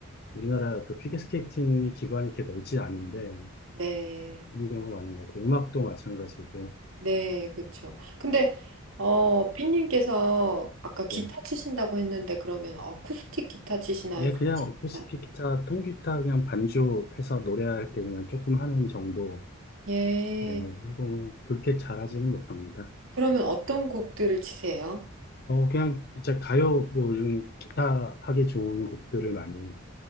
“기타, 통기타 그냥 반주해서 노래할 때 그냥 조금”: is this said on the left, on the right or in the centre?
Left